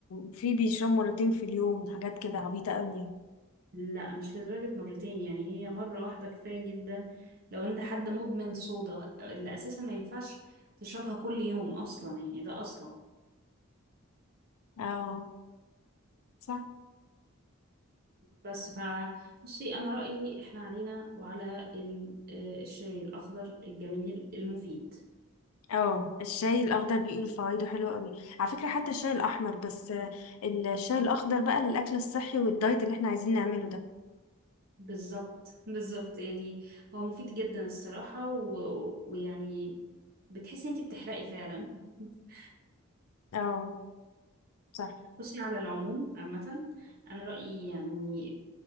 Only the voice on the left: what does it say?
في بيشربوا مرتين في اليوم وحاجات كده عبيطه قوي يعني
اه صح
اه الشاي الاخضر بيقولوا فوائده حلوه قوي على فكره حتى الشاي الاحمر بس آه، الشاي الاخضر بقى للاكل الصحي والدايت اللي احنا عايزين نعمله ده
اه صح